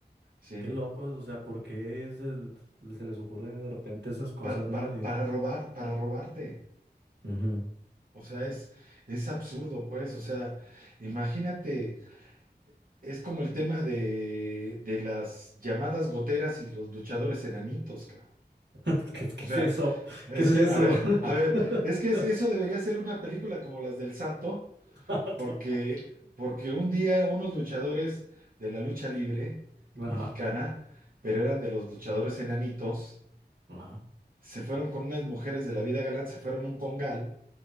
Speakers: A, on the right; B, on the right.
A: ¿sí?
B: Qué loco, o sea, ¿por qué se, se les ocurre de repente esas cosas,
A: Para,
B: ¿no?
A: para,
B: Y-
A: para robar, para robarte.
B: Ujú.
A: O sea, es, es absurdo, pues. O sea, imagínate, es como el tema de, de las llamadas goteras y los luchadores enanitos, cabrón.
B: <laughs> ¿Qué, qué
A: O sea,
B: es eso?
A: es
B: ¿Qué es eso?
A: que, a ver,
B: <laughs>
A: <laughs> a ver, es que es- eso debería ser una película como las del Santo,
B: Ah, Toma.
A: Porque, porque un día unos luchadores de la lucha libre mexicana,
B: Ajá.
A: pero
B: Ajá.
A: eran de los luchadores enanitos,
B: Ajá.
A: se fueron con unas mujeres de la vida galante, se fueron a un congal,